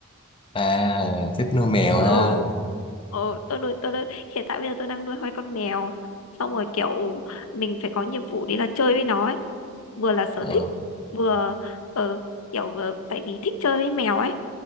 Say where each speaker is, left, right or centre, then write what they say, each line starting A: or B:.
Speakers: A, on the left (about 25°); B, on the left (about 85°).
A: à thích nuôi mèo
B: ừ
A: ha
B: ừ tôi nuôi tôi nuôi hiện tại bây giờ tôi đang nuôi hai con mèo xong rồi kiểu mình phải có nhiệm vụ đấy là chơi với nó ấy vừa là sở
A: ờ,
B: thích vừa ờ, kiểu vừa, tại vì thích chơi với mèo ấy